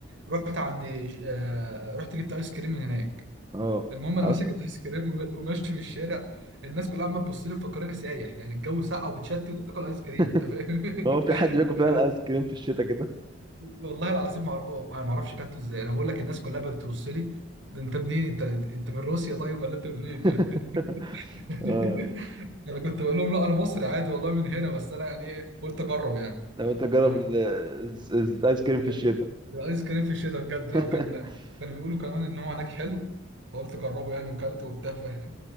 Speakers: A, on the right (about 60°); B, on the right (about 20°).
A: رحت عند ج- آه، رحت جبت ايس كريم من هناك
B: اه
A: المهم انا
B: اصلا
A: ماسك الايس كريم وم- وماشي في الشارع الناس كلها عماله تبص لي مفكراني سايح يعني الجو ساقع وبتشتي وتاكل ايس كريم
B: <laughs>
A: انت فاهم <laughs>
B: هو في حد بياكل
A: بجد
B: فعلا ايس كريم في الشتاء كده
A: والله العظيم ما أعرف- أوه، انا ما اعرفش اكلته ازاي انا بقول لك الناس كلها بتبص لي ده انت منين انت انت من روسيا طيب ولا انت منين
B: <laughs>
A: يعني <laughs>
B: اه
A: انا كنت بقول لهم لا انا مصري عادي والله من هنا بس انا يعني ايه قلت اجرب يعني
B: لو انت تجرب
A: فاهم
B: ال- الز- الز- الايس كريم
A: ال-
B: في الشتاء
A: ال- الايس كريم في الشتاء بجد
B: <laughs>
A: لو كان كانوا بيقولوا كمان ان هو هناك حلو فقلت اجربه يعني وكلته وبتاع <laughs>